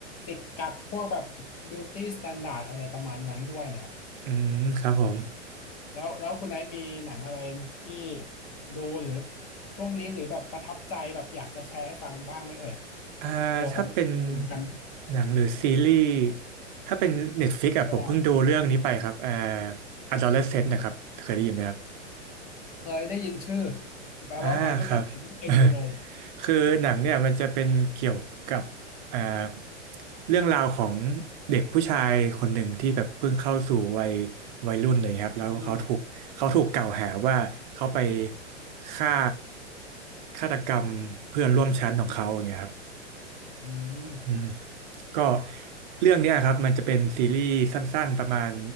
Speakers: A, on the left (about 20°); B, on the right (about 40°).
A: จิกกัดพวกแบบ beauty standard อะไรประมาณนั้นด้วยนะครับ
B: อืมครับผม
A: แล้วแล้วคุณไน์มีหนังอะไรที่ดูหรือช่วงนี้หรือแบบประทับใจแบบอยากจะแชร์ให้ฟังบ้างไหมเอ่ย
B: อ่าถ้าเป็น
A: เผื่อผมเหมือนกัน
B: หนังหรือซีรีส์ถ้าเป็น Netflix
A: ที่ก็ได้
B: อ่ะผมเพิ่งดูเรื่องนี้ไปครับ อ่า Adolescent นะครับเคยได้ยินไหมครับ
A: เคยได้ยินชื่อแปลว่าวัยรุ่นแต่ผมไม่เคยดูเลย
B: อ่าครับ <laughs> คือหนังเนี่ยมันจะเป็นเกี่ยวกับอ่าเรื่องราวของเด็กผู้ชายคนหนึ่งที่แบบเพิ่งเข้าสู่วัยวัยรุ่นอะไรอย่างเลยครับแล้วเขาถูกเขาถูกกล่าวหาว่าเขาไป
A: ยรุ่น
B: ฆ่าฆาตกรรมเพื่อนร่วมชั้นของเขาอย่างเงี้ยครับ
A: อืม
B: อืมก็เรื่องเนี้ยครับมันจะเป็นซีรีส์สั้นๆประมาณ